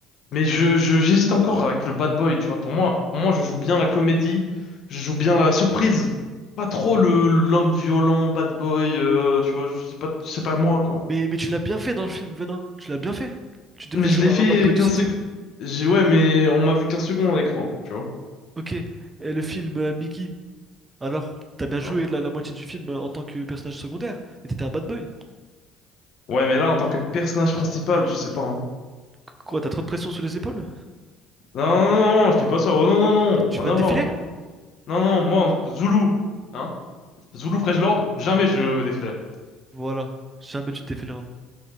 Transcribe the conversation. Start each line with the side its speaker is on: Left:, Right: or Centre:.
Left: Mais je, je, j'hésite encore avec le bad boy, tu vois. Pour moi, pour moi, je joue bien la comédie, je joue bien la surprise. Pas trop le l'homme violent, bad boy, euh, tu vois, je- c'est pas, c'est pas moi, quoi.
Right: Mais, mais tu l'as bien fait dans le film, Venin. Tu l'as bien fait. Tu devais
Left: Mais
Right: jouer
Left: je l'ai
Right: un
Left: fait
Right: bad boy de
Left: 15
Right: cité.
Left: secondes. J'ai, ouais, mais on m'a vu 15 secondes à l'écran, tu vois.
Right: Ok. Et le film euh, Mickey, alors, t'as bien joué
Left: Alors,
Right: la, la moitié du film euh, en tant que personnage secondaire. Et t'étais un bad boy.
Left: Ouais, mais là, en tant que personnage principal, je sais pas, hein.
Right: Qu- Quoi, t'as trop de pression sur les épaules?
Left: Non, non, non, non, je dis pas ça. Oh non, non, non,
Right: Tu
Left: rien
Right: vas
Left: à
Right: te défiler?
Left: voir, hein. Non, non, moi, Zulu, hein. Zulu Fresh Lord, jamais je me défilerai.
Right: Voilà. Jamais tu te défileras.